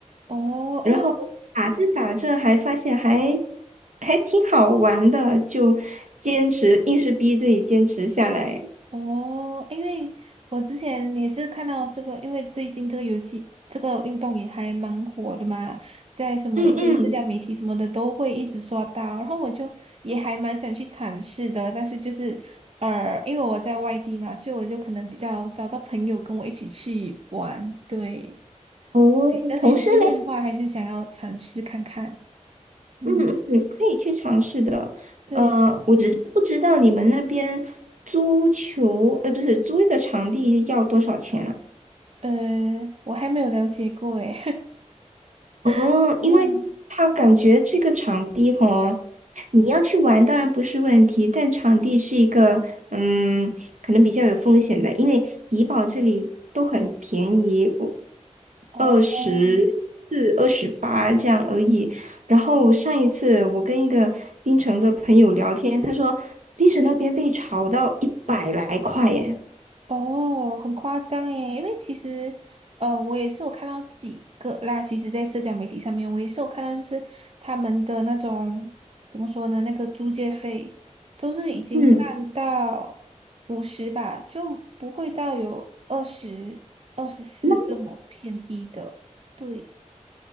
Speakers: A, on the right (about 55°); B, on the right (about 75°).
A: 哦，
B: 然后打着打着还发现还还挺好玩的，就坚持，硬是逼自己坚持下来。
A: 哦，因为我之前也是看到这个，因为最近这个游戏这个运动也还蛮火的嘛，在什么一些社交媒体什么的都会一直刷到，
B: 嗯嗯，
A: 然后我就也还蛮想去尝试的，但是就是呃，因为我在外地嘛，所以我就可能比较找到朋友跟我一起去玩，对，
B: 哦，
A: 对但是有机会的话，
B: 同事嘞，
A: 还是想要尝试看看，嗯，
B: 嗯嗯，可以去尝试的。
A: 对，
B: 呃，我只是不知道你们那边租球，呃，不是租一个场地要多少钱啊？
A: 呃，我还没有了解过，诶，
B: 哦，
A: <laughs> 嗯，
B: 因为他感觉这个场地吼，你要去玩当然不是问题，但场地是一个嗯，可能比较有风险的，因为怡保这里都很便宜，我
A: 哦。
B: 二十四、二十八这样而已。然后上一次我跟一个槟城的朋友聊天，他说槟城那边被炒到一百来块耶。
A: 哦，很夸张诶，因为其实，呃，我也是有看到几个啦。其实，在社交媒体上面，我也是有看到，就是他们的那种怎么说呢，那个租借费都是已经上到五十吧，
B: 嗯。
A: 就不会到有二十、二十四这么便宜的。
B: 那。
A: 对，